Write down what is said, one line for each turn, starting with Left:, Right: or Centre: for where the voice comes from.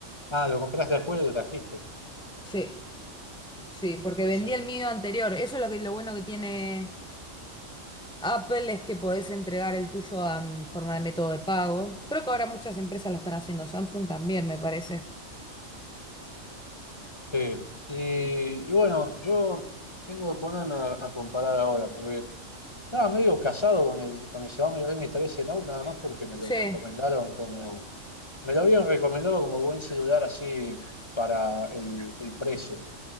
Left: Ah, lo compraste después y lo trajiste.
Centre: Sí, sí, porque vendí
Left: Sí.
Centre: el mío anterior. Eso es lo que lo bueno que tiene Apple es que podés entregar el tuyo a, en forma de método de pago. Creo que ahora muchas empresas lo están haciendo, Samsung también, me parece.
Left: Sí. Y, y bueno, yo tengo que ponerme a, a comparar ahora, porque Estaba medio casado con el, con el Xiaomi Redmi trece Note, nada más porque me lo
Centre: Sí.
Left: recomendaron como. Me lo habían recomendado como buen celular así para el, el precio.